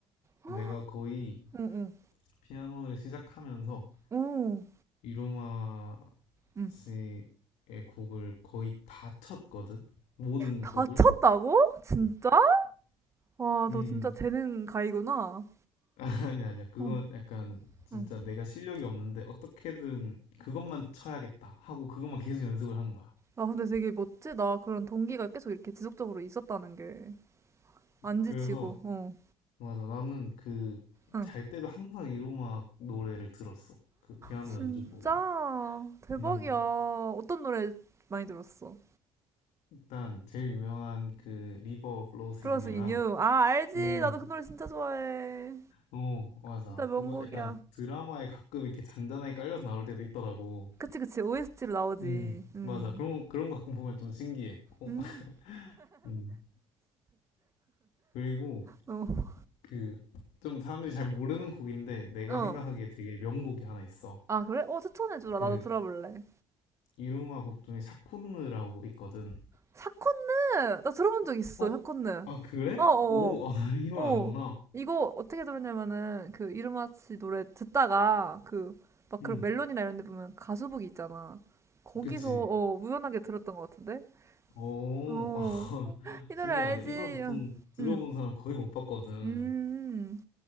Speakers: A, on the right (about 25°); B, on the left (about 80°).
A: 응,
B: 내가 거의
A: 응.
B: 피아노를 시작하면서
A: 오,
B: 이루마
A: 응.
B: 씨의 곡을 거의 다 쳤거든? 모든
A: 다쳤다고?
B: 곡을?
A: 진짜? 와,
B: 음,
A: 너 진짜 재능 가이구나.
B: <laughs> 아니, 아니야. 그건
A: 응,
B: 약간 진짜
A: 응.
B: 내가 실력이 없는데 어떻게든 그것만 쳐야겠다 하고 그것만 계속 연습을 한 거야.
A: 아, 근데 되게 멋지다. 그런 동기가 계속 이렇게 지속적으로 있었다는 게. 안 지치고,
B: 그래서
A: 어.
B: 맞아. 나는 그,
A: 응.
B: 잘 때도 항상 이로마 노래를 들었어. 그 피아노
A: 진짜
B: 연주곡을.
A: 대박이야.
B: 음,
A: 어떤 노래 많이 들었어?
B: 일단, 제일 유명한 그, 리버 플로우스
A: 플러스
B: 인 유랑,
A: 인유. 아, 알지.
B: 음,
A: 나도 그 노래 진짜 좋아해.
B: 어, 맞아.
A: 진짜 명곡이야.
B: 그거 약간 드라마에 가끔 이렇게 잔잔하게 깔려서 나올 때도 있더라고.
A: 그치, 그치. OST로 나오지.
B: 음,
A: 음.
B: 맞아. 그런, 거- 그런 거 가끔 보면 좀 신기해. 어.
A: 음.
B: <laughs> 음, 그리고
A: 어.
B: 그, 좀 사람들이 잘 모르는 곡인데, 내가
A: 어.
B: 생각하기에 되게 명곡이 하나 있어.
A: 아, 그래? 어, 추천해주라.
B: 그,
A: 나도 들어볼래.
B: 이루마 곡 중에 샤콘느라고 있거든.
A: 샤콘느! 나 들어본 적 있어,
B: 어?
A: 샤콘느.
B: 아, 그래?
A: 어, 어,
B: 오, 아, <laughs> 이걸
A: 어. 어.
B: 아는구나.
A: 이거 어떻게 들었냐면은, 그, 이루마치 노래 듣다가, 그, 막
B: 음,
A: 그런 멜론이나 이런 데 보면 가수북이 있잖아. 거기서,
B: 그치.
A: 어, 우연하게 들었던 것 같은데?
B: 오,
A: 어.
B: 아, <laughs>
A: 이
B: 신기하네.
A: 노래 알지?
B: 이걸 보통
A: 응.
B: 들어본
A: 음.
B: 사람 거의 못 봤거든.
A: 음.